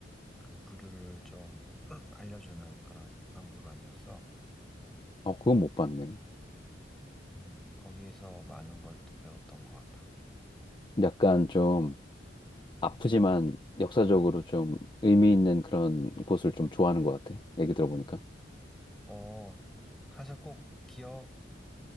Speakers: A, in the centre; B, on the left (about 25°).
A: 그 부류를 좀 <clears throat> 알려주는 그런 박물관이었어. 어,
B: 어, 그건 못 봤네.
A: 음, 거기에서 많은 걸 또 배웠던 것 같아.
B: 약간 좀 아프지만 역사적으로 좀 의미 있는 그런 곳을 좀 좋아하는 것 같아. 얘기 들어보니까.
A: 어, 사실 꼭 기억해야